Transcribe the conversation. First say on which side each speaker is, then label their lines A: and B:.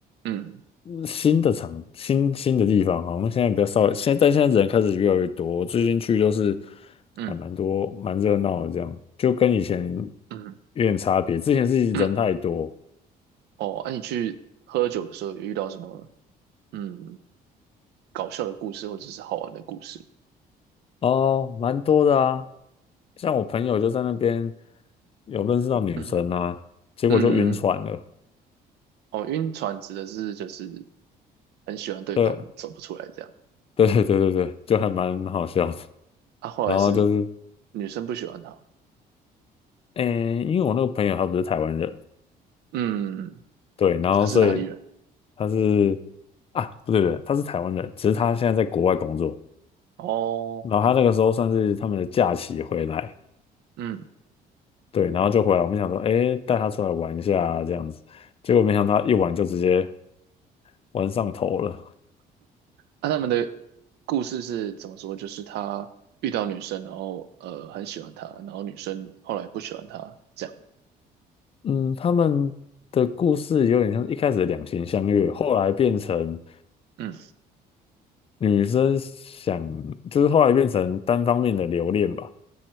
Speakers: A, on the right; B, on the left.
A: 嗯
B: 嗯新的场，新新的地方，好像现在比较少，现在但现在人开始越来越多。我最近去就是
A: 嗯
B: 还蛮多，蛮热闹的，这样就跟以前
A: 嗯。
B: 有点差别。之前是人太多
A: <coughs> 哦，那、你去喝酒的时候有遇到什么嗯搞笑的故事或者是好玩的故事？
B: 哦，蛮多的啊。像我朋友就在那边有认识到女生啊，
A: 嗯哼
B: 结果就晕船了。
A: 嗯嗯，哦，晕船指的是就是很喜欢对方走不出来这样，
B: 对，<laughs> 对对对对对，就还蛮蛮好笑的。
A: 啊，后来是
B: 然后就是，
A: 女生不喜欢他，
B: 诶，因为我那个朋友他不是台湾人，
A: 嗯，
B: 对，然后所以
A: 他是哪里人？
B: 他是啊，不对不对，他是台湾人，只是他现在在国外工作，
A: 哦，
B: 然后他那个时候算是他们的假期回来，
A: 嗯，
B: 对，然后就回来，我们想说，诶，带他出来玩一下啊这样子，结果没想到他一玩就直接玩上头了。
A: 那、他们的故事是怎么说？就是他遇到女生，然后呃很喜欢她，然后女生后来不喜欢他这样，
B: 嗯，他们的故事有点像一开始的两情相悦，后来变成
A: 嗯，
B: 女生想，就是后来变成单方面的留恋吧。